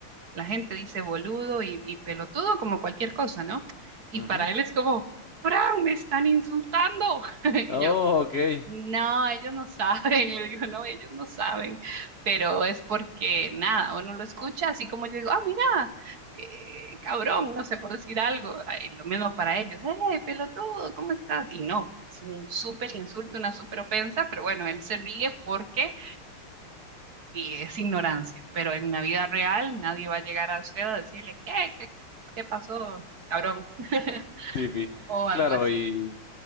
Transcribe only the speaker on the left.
ujú.
Oh,
ok.
Sí, vi.
Claro,
y...